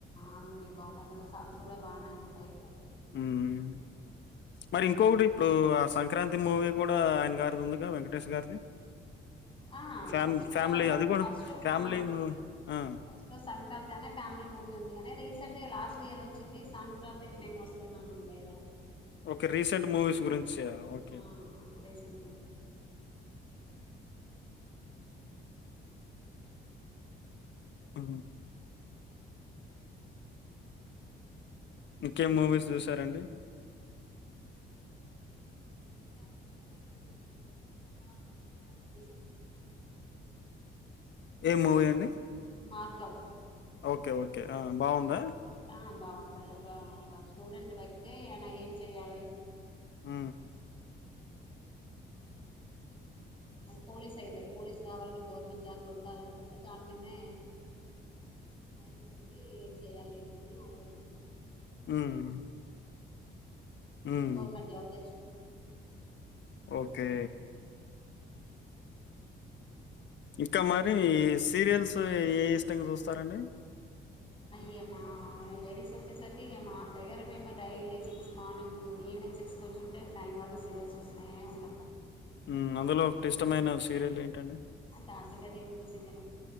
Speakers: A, on the left; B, on the left.
A: అవు బాగుంటాయి అందులో సాంగ్స్ కూడా బానే ఉంటాయి.
B: హ్మ్. మరి ఇంకొకటి ఇప్పుడు ఆ సంక్రాంతి మూవీ కూడా ఆయన గారిది ఉందిగా వెంకటేష్ గారిది
A: ఆ
B: ఫ్యామ్
A: ఫస్ట్
B: ఫ్యామిలీ
A: లో
B: అది కూడా
A: ఫస్ట్
B: ఫ్యామిలీ
A: ఆ
B: మూవీ ఆ!
A: ఫస్ట్ లో సంక్రాంతి అని ఫ్యామిలీ మూవీ ఉందిగానీ రీసెంట్ లాస్ట్ ఇయర్ వచ్చింది సంక్రాంతికి మేము వస్తున్నాం లేదా
B: ఓకే రీసెంట్ మూవీస్ గురించి ఓకే
A: ఆ రీసెంట్ మూవీ అ
B: ఆ ఇంకేం మూవీస్ చూసారంండి
A: చూ దాక అయితే ఇది మార్గంస్ <unintelligible>
B: ఏ మూవీ అండి
A: మగ్గం
B: ఓకే. ఓకే. ఆ! బావుందా?
A: ఆ బావ అదే ఒక ఒక స్టూడెంట్ గైతే ఆయన ఏం చెయాలి
B: మ్
A: పోలీస్ ఐతాడు పోలీస్ కావాలని గవర్నమెంట్ జాబ్ కొట్టాలనుకుంటే దాని మీదనే మైండ్ పెట్టి ఏం చెయాలి అని ఆలోచించు
B: హ్మ్. హ్మ్.
A: గవర్నమెంట్ జాబ్ తెచ్చు
B: ఓకే
A: ఉ
B: ఇంకా మరి సీరియల్స్ ఏ ఇష్టంగా చూస్తారండి
A: ఇ మా లేడీస్ వచ్చేసరికి ఇక మా అత్తగర ఏమ daily six morning evening six వచ్చింటే నైన్ వరకు సీరియల్స్ చూస్తునే ఉంటాం.
B: ము అందులో ఒక ఇష్టమైన సీరియల్ ఏంటండి
A: అ తాంత కది సిజను